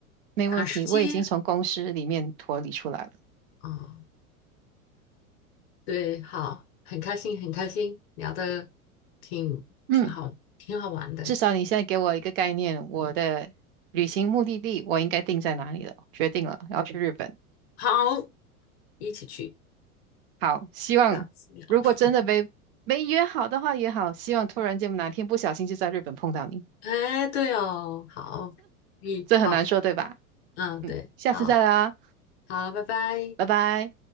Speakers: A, on the right; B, on the left.
A: 没问题，
B: 打时间
A: 我已经从公司里面脱离出来了。
B: 啊，对，好，很开心，很开心，聊的挺挺好，
A: 嗯，
B: 挺好玩的，
A: 至少你现在给我一个概念，我的旅行目的地我应该定在哪里了，决定了，要去日本。
B: 好，一起去，
A: 好，希望如果真的没没约好的话也好，
B: 下次聊。<laughs>
A: 希望突然间哪天不小心就在日本碰到你，
B: 哎，对哦，好，嗯，
A: 这很难说，
B: 好，
A: 对吧？
B: 嗯，
A: 嗯，
B: 对，
A: 下次再聊啊，
B: 好，好，拜拜。
A: 拜拜。